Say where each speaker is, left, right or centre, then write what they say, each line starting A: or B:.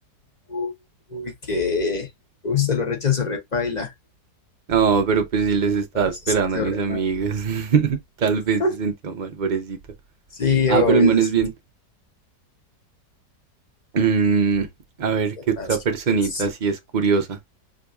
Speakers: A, on the left (about 35°); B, on the right (about 60°).
A: Uy, uy, que. Uy, se lo rechazó repaila.
B: No, pero pues sí les estaba
A: No,
B: esperando
A: se sintió
B: a mis
A: re
B: amigos.
A: mal.
B: <laughs> Tal
A: <laughs>
B: vez se sintió mal, pobrecito.
A: Sí,
B: Ah,
A: obvio,
B: pero el man
A: se
B: es
A: sintió
B: bien. Mm, a ver,
A: ¿quién
B: qué otra
A: más, que
B: personita
A: más.
B: así es curiosa.